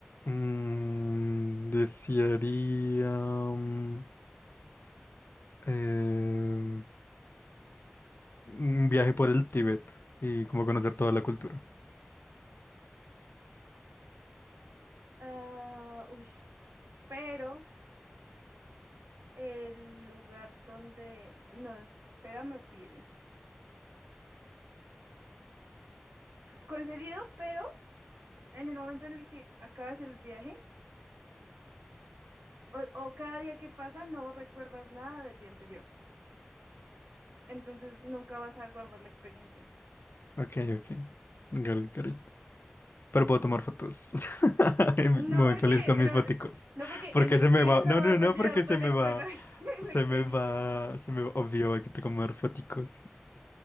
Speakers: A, on the left; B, on the right.
A: mm, desearía mm, em, un viaje por el Tíbet y como conocer toda la cultura.
B: Ah, uy. Pero el lugar donde... No, espérame, pienso. Concedido, pero en el momento en el que acabas el viaje o, o cada día que pasa no recuerdas nada del día anterior. Entonces nunca vas a guardar la experiencia.
A: Ok, ok. Got it, got it. pero puedo tomar fotos. <laughs> Y Muy
B: No porque,
A: feliz con mis
B: no,
A: foticos.
B: no porque
A: Porque
B: en el
A: se me
B: Tíbet
A: va.
B: no
A: No,
B: vas
A: no, no,
B: a llevar
A: porque
B: tu
A: se
B: electrono-
A: me va.
B: <laughs> electrónico.
A: Se me va. Se me va. Obvio, hay que tomar foticos.